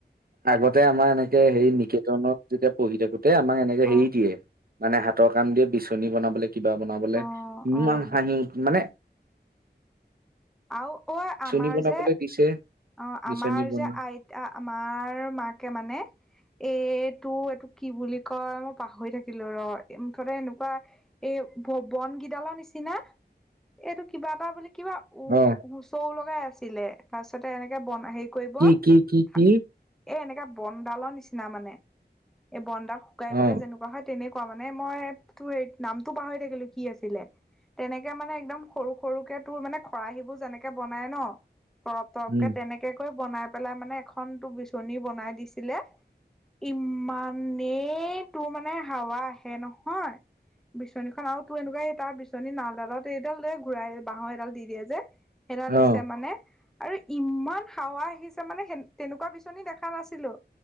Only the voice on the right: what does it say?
আগতে আমাৰ এনেকে হেৰি নিকেটনক যেতিয়া পঢ়ি থাকোতে আমাক এনেকে
হেৰি দিয়ে মানে হাতৰ কাম দিয়ে বিচনী বনাব লাগিব। কিবা বনাবলে
ইমান
হাঁহি মানে
বিচনী
বনাবলে
দিছে
বিচনী
বনা
অ'
কি কি কি
কি
অ
উম
অ